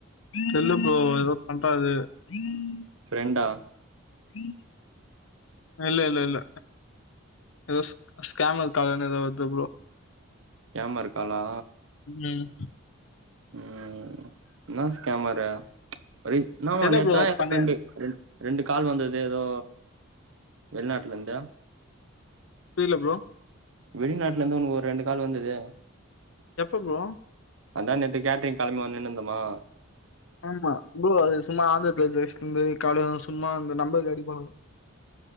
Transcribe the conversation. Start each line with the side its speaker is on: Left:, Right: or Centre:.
Left: சொல்லு ப்ரோ எதோ <unintelligible>
Right: ஃப்ரெண்டா
Left: ம் இல்ல இல்ல இல்ல எதோ ஸ்கேமர் கால்னு ஏதோ வருது ப்ரோ
Right: ஸ்கேமர் காலா
Left: ம்.
Right: ம் என்னா ஸ்கேமாறு அது இன்னாவோ
Left: இல்ல
Right: <inaudible>
Left: ப்ரோ பண்ண
Right: ரெண்டு கால் வந்தது ஏதோ வெளிநாட்டுல இருந்து
Left: புரில ப்ரோ
Right: வெளிநாட்டுல இருந்து உனக்கு ஒரு ரெண்டு கால் வந்துது
Left: எப்ப ப்ரோ
Right: அதா நேத்து கேட்டரிங் கிளம்பி வந்துனு இருந்தமா
Left: ஆமா ப்ரோ அது சும்மா ஆந்திர பிரதேச்சு இருந்து கால்வரு சும்மா இந்த நம்மருக்கு அடிப்பானுக